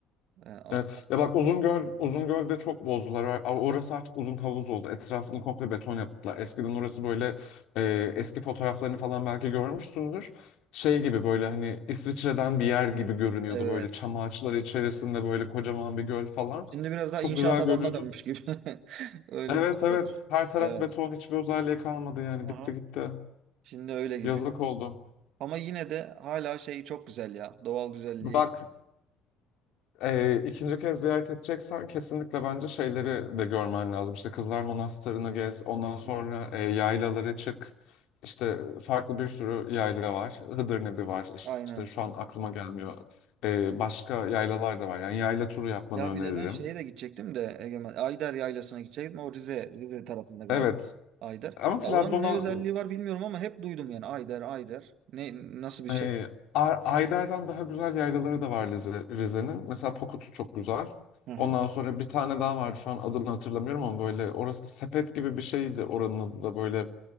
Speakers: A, on the right; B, on the left.
A: Ee, a-
B: Evet. Ya bak Uzungöl, Uzungöl'de çok bozdular. A- Orası artık uzun havuz oldu. Etrafını komple beton yaptılar. Eskiden orası böyle e, eski fotoğraflarını falan belki görmüşsündür. Şey gibi böyle hani İsviçre'den bir yer gibi görünüyordu.
A: evet.
B: Böyle çam ağaçları içerisinde böyle kocaman bir göl falan.
A: Şimdi biraz daha
B: Çok
A: inşaat
B: güzel
A: alanına
B: görünüyordu.
A: dönmüş gibi. <laughs> Öyle
B: Evet
A: bir şey
B: evet
A: var.
B: her taraf
A: Evet.
B: beton hiçbir özelliği kalmadı yani
A: Aha.
B: bitti gitti.
A: Şimdi öyle gibi.
B: Yazık oldu.
A: Ama yine de hala şey çok güzel ya. Doğal güzelliği.
B: Bak E, ikinci kez ziyaret edeceksen kesinlikle bence şeyleri de görmen lazım. İşte Kızlar Manastırı'nı gez, ondan sonra
A: Hı hı.
B: e, yaylalara çık. İşte farklı bir sürü yayla var. Hıdırnebi var.
A: Aynen.
B: İşte şu an aklıma gelmiyor. E, başka yaylalar da var. Yani yayla turu yapmanı
A: Ya
B: öneririm.
A: bir de ben şeye de gidecektim de Egemen. Ayder Yaylası'na gidecektim. O Rize, Rize tarafında galiba
B: Evet.
A: Ayder.
B: Ama Trabzon'a
A: Ya oranın ne özelliği var bilmiyorum ama hep duydum yani Ayder, Ayder. Ne nasıl bir şey?
B: Ee, A- Ayder'den daha güzel yaylaları da var Rize- Rize'nin. Mesela Pokut çok güzel.
A: Hı hı.
B: Ondan sonra bir tane daha vardı şu an adını hatırlamıyorum ama böyle orası da sepet gibi bir şeydi oranın adı da böyle